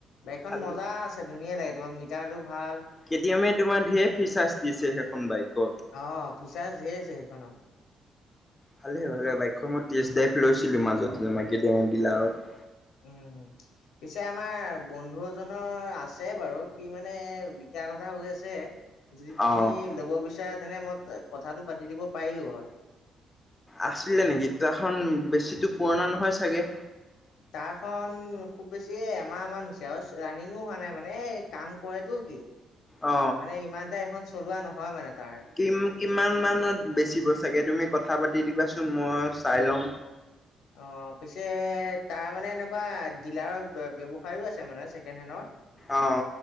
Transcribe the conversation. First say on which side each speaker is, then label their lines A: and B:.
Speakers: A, on the left (about 80°); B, on the left (about 20°).
A: বাইকখন
B: খালি
A: মজা আছে, ধুনীয়া লাগে, তোমাৰ মিটাৰটো ভাল।
B: কেটি এমে তোমাৰ ঢেৰ ফিচাৰ্চ দিছে, সেইখন বাইকৰ।
A: অ ফিচাৰ্চ ধেৰ আছে সেইখনৰ
B: ভালে ভালে, বাইকখন মই টেষ্ট ড্ৰাইভ লৈছিলোঁ মাজতে কেটি এমৰ ডিলাৰত।
A: উম। পিছে, আমাৰ বন্ধু এজনৰ আছে বাৰু। সি, মানে বিকাৰ কথা হৈ আছে। যদি তুমি
B: অ
A: ল'ব বিচাৰা তেনে মই কথাটো পাতি দিব পাৰিলো হয়।
B: আছিলে নেকি, তাৰখন বেছিটো পুৰণা নহয় চাগে।
A: তাৰখন খুব বেছি এমাহমান হৈছে, আৰু ৰানিংও হোৱা নাই, মানে এ কাম কৰে তো সি,
B: অ
A: মানে ইমান এটা এখন চলোৱা নহয় মানে তাৰ।
B: কিম-কিমান মানত বেচিব চাগে, তুমি কথা পাতি দিবাচোন, মই চাই ল'ম।
A: অ' পিছে তাৰ মানে এনেকুৱা ডিলাৰৰ ব্যৱ ফাইভো আছে মানে ছেকেণ্ড হেণ্ডৰ।
B: অ